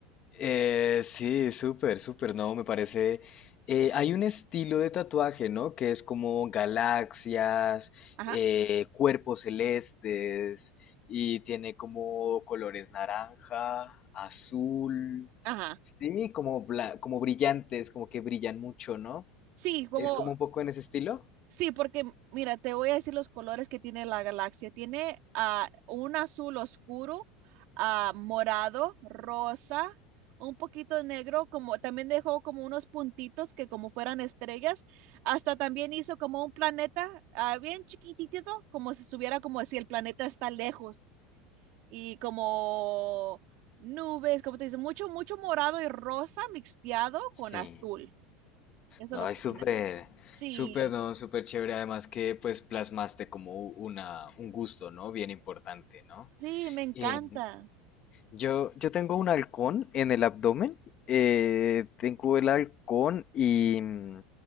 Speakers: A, on the left; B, on the right.
A: Eh, sí, súper, súper, no, me parece. eh, hay un estilo de tatuaje, ¿no? Que es como galaxias,
B: Ajá,
A: eh, cuerpos celestes, y tiene como colores naranja, azul,
B: ajá.
A: sí, como, bla- como brillantes, como que brillan mucho, ¿no?
B: Sí, como,
A: Es como un poco en ese estilo.
B: Sí, porque mira, te voy a decir los colores que tiene la galaxia. Tiene ah, un azul oscuro, ah, morado, rosa, un poquito negro, como también dejó como unos puntitos que como fueran estrellas. Hasta también hizo como un planeta ah, bien chiquitito, como si estuviera como si el planeta está lejos y como nubes, como te dice, mucho, mucho morado y rosa mixteado
A: Sí,
B: con azul. Eso
A: ay,
B: es lo que
A: súper,
B: tiene. mu- Sí.
A: súper, no, súper chévere. Además que pues plasmaste como una, un gusto, ¿no? Bien importante, ¿no?
B: Sí, me encanta.
A: Eh, yo, yo tengo un halcón en el abdomen, eh, tengo el halcón y, mm,